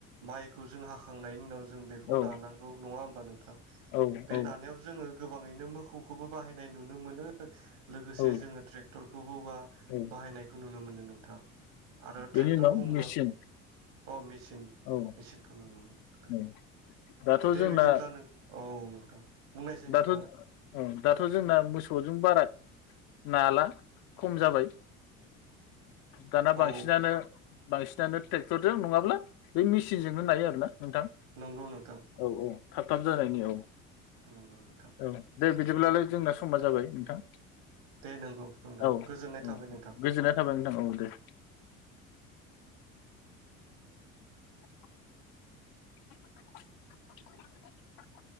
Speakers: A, on the right; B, on the left.
A: माइखौ जों हाखांनायनि उनाव जों बेखौ
B: औ औ
A: नानांगौ नङा होमबा नों बे
B: औ औ
A: नानायाव जोङो गोब बाङैनो मोखौखौबो बाहायनाय नुनो नो मोनो लोगोसे
B: औ
A: जोङो ट्रेक टरखौ बौबा
B: औ
A: बाहायनायखौ नुनो मोनो नोंथां। ट्रेक्टर
B: बेनि उनाव
A: बुंबा
B: मेचिन।
A: अ मिस चिन
B: औ
A: मेचिनखौ नुनो मोनो
B: औ
A: <unintelligible>
B: दाथ'
A: दे
B: जोंना
A: बिदिब्ला नों औ नोंथां। बुंनायसाय
B: दाथ'
A: नोंथाङा
B: <unintelligible> दाथ' जोंना मोसौजों बारा नाला खम जाबाय। दाना
A: औ
B: बांसिनानो बांसिनानो ट्रेक्टरदो नङाब्ला बे मिसिनजोंनो नायो आरो ना। नोंथां
A: नंगौ नोंथां
B: औ औ। थाब थाब जानायनि औ।
A: नंगौ नोंथां।
B: औ दे बिदिब्लालाय जोंना समा जाबाय नोंथां।
A: दे नंगौ नोंथां
B: औ औ
A: गोजोननाय थाबाय नोंथां।
B: गोजोननाय थाबाय नोंथां औ दे। <inaudible> <inaudible>